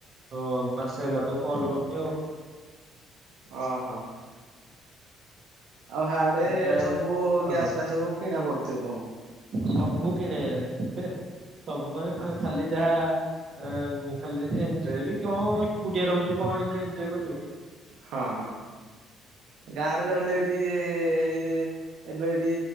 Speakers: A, on the right; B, on the right.
A: ହଁ ମାସେ ହେଲା ତାକୁ କଲ୍ କରିନି ଆଉ।
B: ଓହୋ। ଆଉ ହାଡେ
A: ଗାଁରେ
B: ସବୁ
A: ହଁ
B: ଗ୍ୟାସ୍ ଫ୍ୟାସ୍ ସବୁ କିଣା ପଡୁଥିବ ତମକୁ।
A: ସବୁ କିଣେ ଆଡେ ହେ ସବ୍ ମାନେ
B: ହଁ
A: ଖାଲି ଯାହା ଖାଲି ଯେ ଏଞ୍ଜୟ୍ ବି କଣ ଏକୁଟିଆ ରହୁଛି କଣ ଏମତି ଏଞ୍ଜୟ୍ କରିବୁ।
B: ହଁ ହଁ। ଗାଁରେ ରହିଲେ ଏଠି ଇ ଇ ଇ ଇ ଏବେ ଏଠି